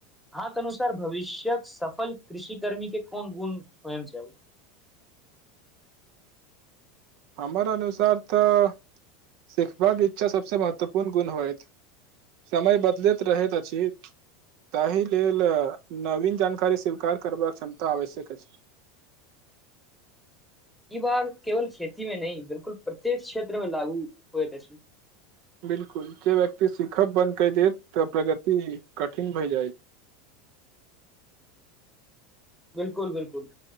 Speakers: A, in the centre; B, on the right.
A: अहांक अनुसार भविष्य्यक सफल कृषि कर्मी के कोन गुण होयन चाही?
B: हमर अनुसार तऽ सिखबाक इच्छा सबसँ महत्वपूर्ण गुण होयत। समय बदलैत रहैत अछि ताहि लेल नवीन जानकारी स्वीकार करबाक क्षमता आवश्यक अछि।
A: ई बात केवल खेती में नहि, बिलकुल प्रत्येक क्षेत्र में लागू होएत अछि।
B: बिलकुल जे व्यक्ति सिखब बन्द कऽ देत तऽ प्रगति कठिन भय जायत।
A: बिलकुल बिलकुल।